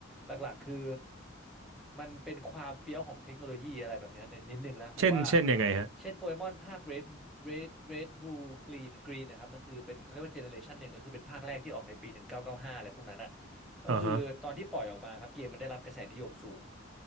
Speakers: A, in the centre; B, on the right.
A: หลักๆคือ มันเป็นความเฟี้ยวของเทคโนโลยีอะไรแบบเนี้ยในนิดนึงนะผมว่า
B: เช่นเช่นยังไงฮะ
A: เช่นโปเกมอนภาค Red Red Red Blue Green Green นะครับมันคือเป็นเขาเรียกว่าเจเนอเรชันหนึ่งก็คือเป็นภาคแรกที่ออกในปี1995อยเก้าสิบห้าอะไรพวกนั้นอ่ะก็คือตอนที่ปล่อยออกมาครับเกมมันได้รับกระแสนิยมสูง
B: อ่าฮะ